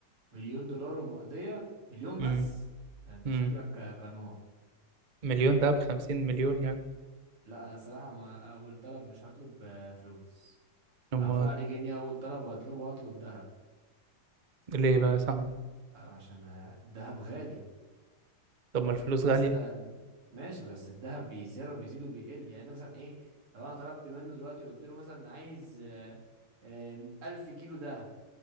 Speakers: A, on the right; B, on the right.
A: مليون دولار ومقضية مليون بس
B: امم
A: ده انت
B: امم
A: شكلك ك- كنوع
B: مليون ده بخمسين مليون يعني
A: لا انا صراحة ما اول طلب مش هطلب آه، فلوس
B: أمال
A: انا طلع لي جنيه اول طلب وهطلبه هطلب دهب
B: ليه بقى يا صاحبي
A: آه، عشان الدهب غالي
B: طب
A: هطلب
B: ما الفلوس
A: مثلا
B: غالية
A: ماشي بس الدهب بيزيد وبيزيد وبيقل يعني انت مثلا ايه لو انا طلبت منه دلوقتي وقلت له مثلا عايز آه، آم، ألف كيلو دهب